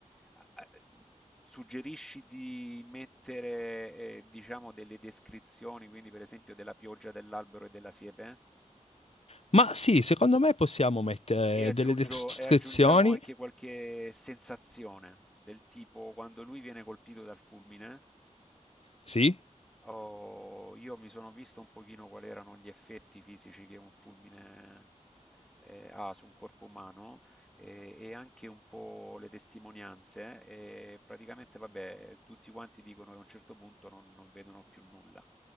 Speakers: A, in the centre; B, on the left.
A: a a mhmm, suggerisci di mettere, ehm, diciamo delle descrizioni, quindi per esempio della pioggia, dell'albero e della siepe?
B: Ma sì, secondo me possiamo mettere
A: E aggiungo
B: delle descrizioni.
A: e aggiungiamo anche qualche sensazione, del tipo quando lui viene colpito dal fulmine
B: Sì,
A: Oh, io mi sono visto un pochino quali erano gli effetti fisici che un fulmine eh, ha su un corpo umano eh, e anche un po' le testimonianze. e praticamente, vabbè, tutti quanti dicono che a un certo punto non, non vedono più nulla.